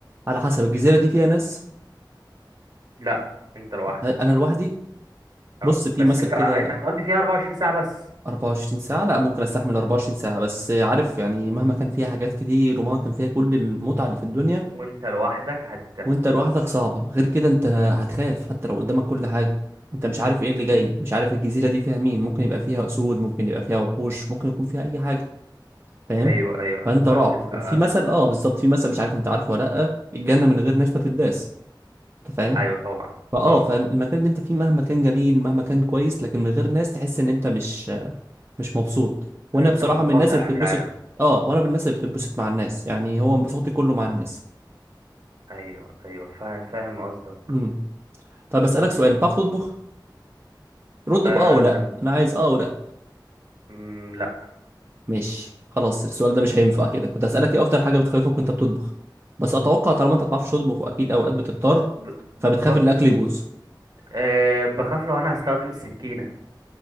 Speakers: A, on the right; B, on the right.
A: على حسب الجزيره دي فيها ناس
B: لا انت لوحدك
A: انا لوحدي بص
B: اه
A: في
B: بس
A: مثل
B: انت
A: كده
B: انت هتقضي فيها 24 ساعة بس
A: 24 ساعة لا ممكن استحمل 24 ساعة بس عارف يعني مهما كان فيها حاجات كتير ومهما كان فيها كل المتعة اللي في الدنيا
B: وانت لوحدك هت
A: وانت لوحدك صعبة غير كده انت هتخاف حتى لو قدامك كل حاجة انت مش عارف ايه اللي جاي مش عارف الجزيرة دي فيها مين ممكن يبقى فيها اسود ممكن يبقى فيها وحوش ممكن يكون فيها اي حاجة فاهم
B: ايوه ايوه
A: فانت
B: فهتبقى
A: رعب وفي مثل اه بالظبط في مثل مش عارف انت عارفه ولا لا الجنة من غير ناس ما تداس انت فاهم
B: ايوه طبعا
A: فاه
B: طبعا
A: فالمكان اللي انت فيه مهما كان جميل مهما كان كويس لكن من غير ناس تحس ان انت مش مش مبسوط وانا
B: انت
A: بصراحه
B: منقطع
A: من الناس اللي
B: عن
A: بتتبسط
B: العالم
A: اه وانا من الناس اللي بتتبسط مع الناس يعني هو انبساطي كله مع الناس
B: ايوه ايوه فاهم فاهم قصدك
A: امم طيب اسالك سؤال انت بتعرف تطبخ رد
B: أه...
A: باه او لا
B: مم.
A: انا عايز اه او لا
B: مم، لا
A: ماشي خلاص السؤال ده مش هينفع كده كنت هسالك ايه اكتر حاجه بتخوفك وانت بتطبخ بس اتوقع طالما انت ما بتعرفش تطبخ واكيد اوقات بتضطر
B: ب... بالظبط
A: فبتخاف ان الاكل يبوظ
B: أه... بخاف لو انا هستخدم السكينه